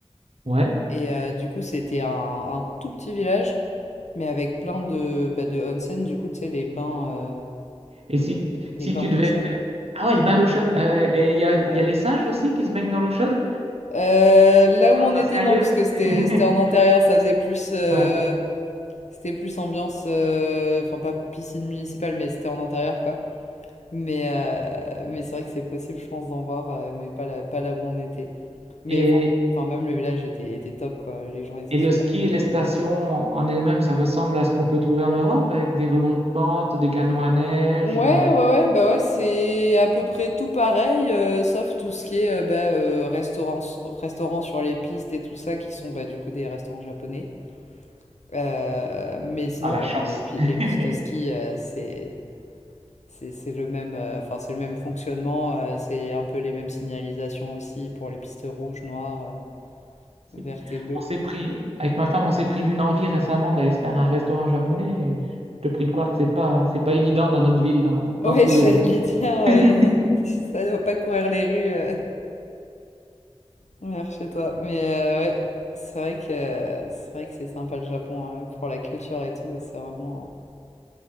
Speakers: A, on the right; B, on the left.
A: Ouais.
B: Et euh, du coup, c'était un, un tout petit village, mais avec plein de, bah, de onsen, du coup, tu sais, les bains, euh,
A: Et si,
B: les
A: si
B: bains
A: tu
B: d'eau
A: devais
B: chaude.
A: faire... Ah ouais, les bains d'eau chaude. euh, et il y a, il
B: Ouais.
A: y a les singes aussi qui se baignent dans l'eau chaude?
B: Euh, là où on
A: Ça,
B: était,
A: c'est ailleurs?
B: non, parce que c'était
A: <laughs>
B: c'était en intérieur, ça faisait plus euh,
A: Ouais.
B: c'était plus ambiance, euh, enfin pas piscine municipale, mais c'était en intérieur quoi. Mais euh, mais c'est vrai que c'est possible, je pense, d'en voir, euh, mais pas là, pas là où on était. Mais
A: Et,
B: enfin, enfin, même le village était était top quoi, les gens étaient
A: et le
B: super
A: ski
B: sympas.
A: et les stations en elles-mêmes, ça ressemble à ce qu'on peut trouver en Europe avec des remontes-pentes, des canots à neige.
B: Ouais,
A: euh.
B: ouais, ouais, bah ouais, c'est à peu près tout pareil, euh, sauf tout ce qui est euh, bah, euh, restaurants, restaurants sur les pistes et tout ça, qui sont bah, du coup des restaurants japonais. Heu, mais sinon,
A: Ah, la chance!
B: ouais, non, les pi
A: <laughs>
B: les pistes de ski, heu, c'est c'est c'est le même, heu, enfin, c'est le même fonctionnement, heu, c'est un peu les mêmes signalisations aussi pour les pistes rouges, noires, heu,
A: Si.
B: vertes et bleues.
A: On s'est pris, avec ma femme, on s'est pris d'une envie récemment d'aller se faire un restaurant japonais. et je te prie de croire que c'est pas, c'est pas évident dans notre ville d'en d'en
B: Ouais,
A: trouver
B: <laughs> j'allais
A: un.
B: dire, heu,
A: <laughs>
B: <laughs> ça doit pas courir les rues, heu, vers chez toi. Mais heu, ouais, c'est vrai que c'est vrai que c'est sympa le Japon, hein, pour la culture et tout, c'est vraiment